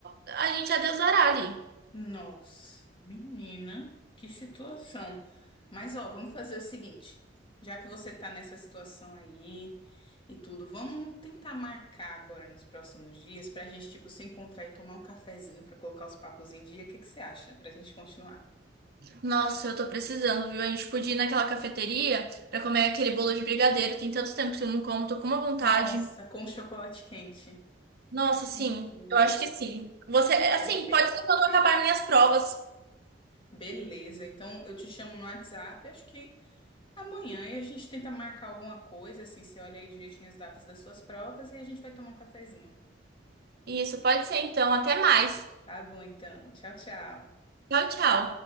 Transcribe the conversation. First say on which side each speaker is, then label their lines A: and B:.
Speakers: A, on the right; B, on the left.
A: a gente a Deus dará ali.
B: Nossa, menina, que situação. Mas ó, vamos fazer o seguinte, já que você tá nessa situação aí e tudo, vamos tentar marcar agora nos próximos dias pra gente tipo se encontrar e tomar um cafezinho pra colocar os papos em dia. O que que você acha? Pra gente continuar.
A: Nossa, eu tô precisando, viu? A gente podia ir naquela cafeteria pra comer aquele bolo de brigadeiro. Tem tanto tempo que eu não como, tô com uma vontade.
B: Nossa, com chocolate quente.
A: Nossa, sim,
B: Uhum,
A: eu acho que sim. Você, assim,
B: perfeito.
A: pode ser quando acabar minhas provas.
B: Beleza, então eu te chamo no WhatsApp, acho que Amanhã e a gente tenta marcar alguma coisa, assim, você olha aí direitinho as datas das suas provas e a gente vai tomar um cafezinho.
A: Isso, pode ser então. Até mais.
B: Tá bom, então. Tchau, tchau.
A: Tchau, tchau.